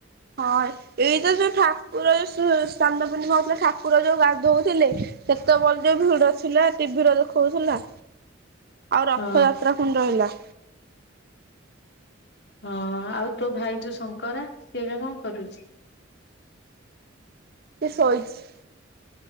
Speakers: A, on the right; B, on the left.
A: ହଁ ଏଇତ ଯୋଉ ଠାକୁର ଶୁ ଚାନ୍ଦପୁର୍ଣିମା ହଉଥିଲା ଠାକୁର ଯୋଉ ଗାଧଉଥିଲେ ସେତେବେଳେ ଯୋଉ ଭିଡ ଥିଲା ଟିଭିରେ ଦେଖଉଥିଲା। ଆଉ ରଥଯାତ୍ରା
B: ହଁ
A: ପୁଣି ରହିଲା।
B: ହଁ ଆଉ ତୋ ଭାଇ ଯୋଉ ଶଙ୍କରା ସିଏ ଏବେ କଣ କରୁଛି?
A: ସେ ସୋଇଛି।